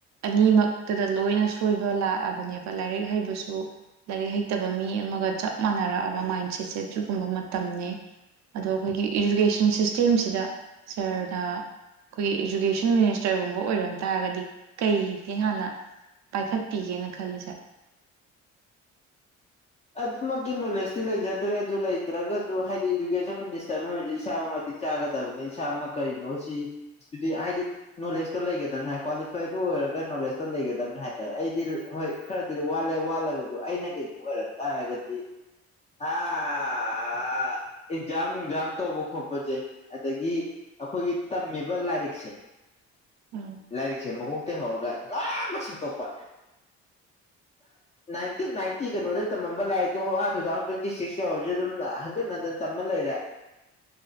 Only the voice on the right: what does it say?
ꯑꯅꯤꯃꯛꯇꯗ ꯂꯣꯏꯅ ꯁꯣꯏꯕ ꯂꯥꯛꯑꯕꯅꯦꯕ ꯂꯥꯏꯔꯤꯛ ꯍꯩꯕꯁꯨ ꯂꯥꯏꯔꯤꯛ ꯍꯩꯇꯕ ꯃꯤ ꯑꯃꯒ ꯆꯞ ꯃꯥꯟꯅꯔꯛꯑꯕ ꯃꯥꯏꯟ ꯁꯦꯠꯁꯦ ꯁꯤꯒꯨꯝꯕ ꯃꯇꯝꯅꯦ ꯑꯗꯣ ꯑꯩꯈꯣꯏꯒꯤ ꯏꯖꯨꯀꯦꯁꯟ ꯁꯤꯁꯇꯦꯝꯁꯤꯗ ꯁꯥꯔꯅ ꯑꯩꯈꯣꯏꯒꯤ ꯏꯖꯨꯀꯦꯁꯟ ꯃꯤꯅꯤꯁ ꯆꯔꯒꯨꯝꯕ ꯑꯣꯏꯔꯝ ꯇꯥꯔꯒꯗꯤ ꯀꯩꯗꯤ ꯍꯥꯟꯅ ꯄꯥꯏꯈꯠꯄꯤꯒꯦꯅ ꯈꯜꯂꯤ ꯁꯥꯔ
ꯎꯝ